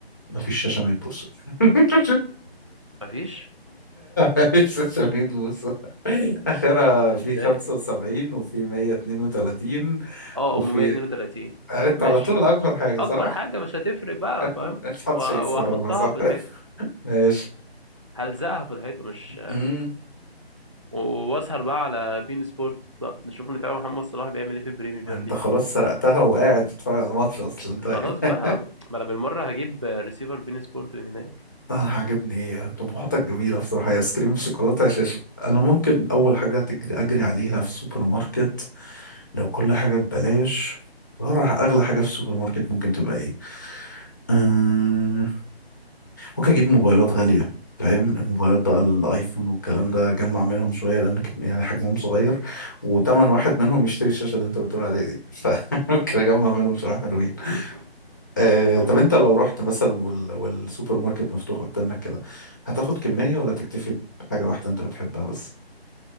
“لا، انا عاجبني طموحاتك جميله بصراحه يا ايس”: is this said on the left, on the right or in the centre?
Left